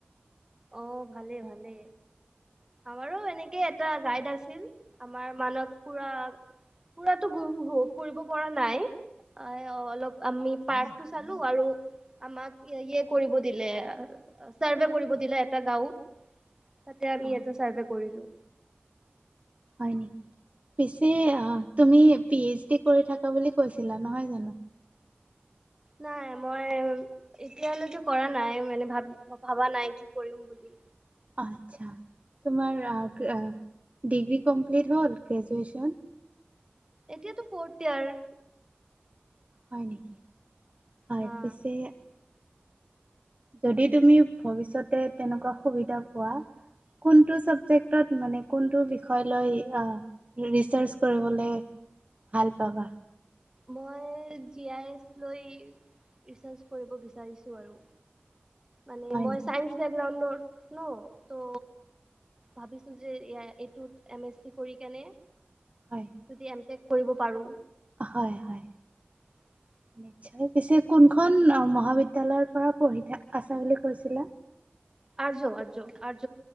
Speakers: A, on the right; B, on the right.
A: আহ ভালে ভালে আমাৰো এনেকে এটা গাইড আছিল আমাৰ মানক পুৰা পুৰাতটো ফুৰিব পৰা নাই। অ অলপ আমি পাৰ্কটো চালো আৰু আমাক ইয়ে কৰিব দিলে চাৰ্ভে কৰিব। দিলে এটা গাঁওত তাতে আমি
B: আহ
A: এটা চাৰ্ভে কৰিলো।
B: হয় নেকি পিছে তুমি পি কৰি থকা বুলি কৈছিলা নহয় জানো।
A: নাই মই এতিয় হালৈতো কৰা নাই মানে ভাব ভাবা নাই কি কৰিম বুলি।
B: আচ্ছা তোমাৰ আহ। ডিগ্ৰী কমপ্লিট হ'ল গ্ৰেজুৱেশ্যন।
A: এতিয়াতো ফৰ্থ ইয়াৰ।
B: হয় নেকি হয়
A: হা
B: পিছে। যদি তুমি ভৱিষ্যতে তেনেকুৱা সুবিধা পোৱা। কোনটো চাবজেক্টত মানে কোনটো বিষয় লৈ ৰিচাৰ্চ কৰিবলৈ। ভাল পাবা।
A: মই জি আই এছ লৈ। ৰিচাৰ্জ কৰিব বিচাৰিছো আৰু! মানে
B: হয়
A: মই
B: নেকি
A: চাইন্স বেকগ্ৰাউণ্ডৰ ন ত ভাবিছো যে এইটোত এম এছ চি কৰি কিনে
B: হয়
A: যদি এমটেক কৰিব পাৰো।
B: হয় হয়
A: <inaudible>
B: নিশ্চয় পিছে কোনখন মহাবিদ্যালয়ৰ পৰা পঢ়ি থ আছ বুলি কৈছিলা।
A: আ য আৰ য আৰ